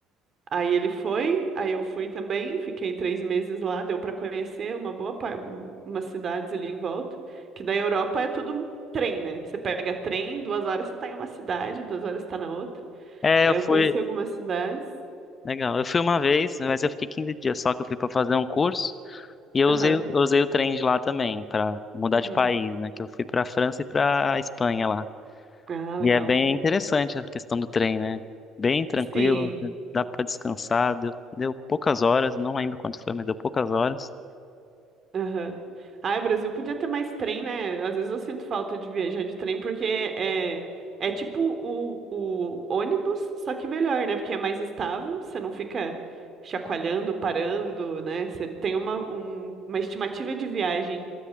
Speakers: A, on the right; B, on the left.
A: Aí ele foi, aí eu fui também, fiquei três meses lá, deu para conhecer uma boa par... umas cidades ali em volta, que da Europa é tudo trem, né? Você pega trem, duas horas você tá em uma cidade, duas horas você tá na outra.
B: É,
A: Aí
B: eu fui.
A: eu conheci algumas cidades.
B: Legal. Eu fui uma vez, mas eu fiquei 15 dias só que eu fui para fazer um curso. E eu
A: Aham.
B: usei, o- eu usei o trem de lá também, para mudar
A: uhum.
B: de país, né? Que eu fui para França e para Espanha lá.
A: Ah, legal.
B: E é bem interessante a questão do trem, né? Bem tranquilo,
A: Sim.
B: dá para descansar. Deu, deu poucas horas, não lembro quanto foi, mas deu poucas horas.
A: Aham. Ai, o Brasil podia ter mais trem, né? Às vezes eu sinto falta de viajar de trem, porque é, é tipo o, o ônibus, só que melhor, né? Porque é mais estável, você não fica chacoalhando, parando, né? Você tem uma, um- uma estimativa de viagem